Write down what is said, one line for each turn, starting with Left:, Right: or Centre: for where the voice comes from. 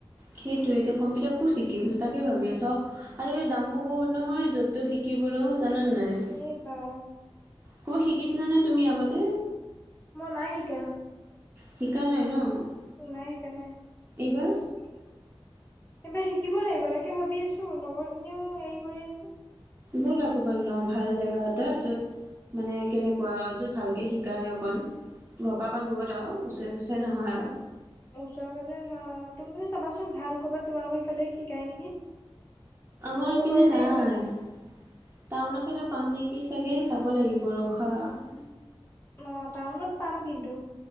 Right: সেইটোৱেটো কম্পিউটাৰ ক'ত শিকিম তাকে ভাবি আছোঁ আৰু আজিকালি দামো বহুত নহয় যত তত শিকিবলৈও, জানানে নাই?
Left: এ বা
Right: ক'বাত শিকিছিলানে তুমি আগতে?
Left: মই নাই শিকা।
Right: শিকা নাই ন? <unintelligible>
Left: নাই, শিকা নাই।
Right: এইবাৰ?
Left: <inaudible> এইবাৰ শিকিব লাগিব তাকে ভাবি আছোঁ লগৰখিনিও হেৰি কৰি আছে। <unintelligible>
Right: ব'লা ক'ৰবাত ল‌ওঁ ভাল জেগা এটাত। য'ত মানে কেনেকুৱা আৰু য'ত <unintelligible> ভালকৈ শিকায় অকণ। ঘৰ পৰা অকণ দূৰত আৰু ওচৰে-পাছৰে নহয় আৰু। <inaudible>
Left: ওচৰ-পাজৰে নহয় অঁ। তুমিও চাবা চোন ভাল ক'ৰবাত তোমালোকৰ সেইফালে শিকাই নেকি? <inaudible>
Right: আমাৰ
Left: ময়ো
Right: ইপিনে
Left: বাৰুতে
Right: নাই।
Left: এইফালে চাম
Right: <unintelligible> টাউনৰ ফালে পাম নেকি চাগে চাব লাগিব ৰখা। <unintelligible>
Left: অঁ! টাউনত পাম কিন্তু। <inaudible>